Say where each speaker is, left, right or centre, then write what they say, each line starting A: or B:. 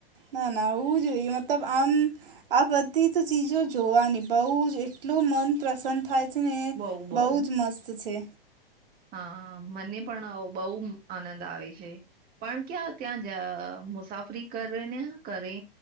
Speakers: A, on the right; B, on the right.
A: ના ના હોવું જોઈએ મતલબ આમ આ બધી જ ચીજો જોવાની બહ જ એટલો મન પ્રસન્ન થાય છે ને
B: બઉ બઉ
A: બહુ જ મસ્ત છે.
B: હા મને પણ બહુ આનંદ આવે છે પણ ક્યાં ત્યાં જ અ મુસાફરી કરેને કરે